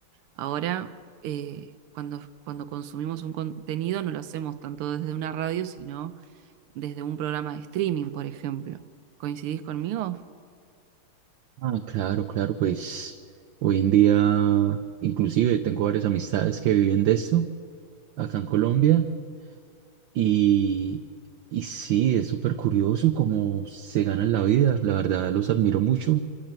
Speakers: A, on the right; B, on the right.
A: Ahora, eh, cuando, cuando consumimos un contenido, no lo hacemos tanto desde una radio, sino desde un programa de streaming, por ejemplo. ¿Coincidís conmigo?
B: Ah, claro, claro, pues hoy en día inclusive tengo varias amistades que viven de esto acá en Colombia Y, y sí, es súper curioso cómo se ganan la vida. La verdad, los admiro mucho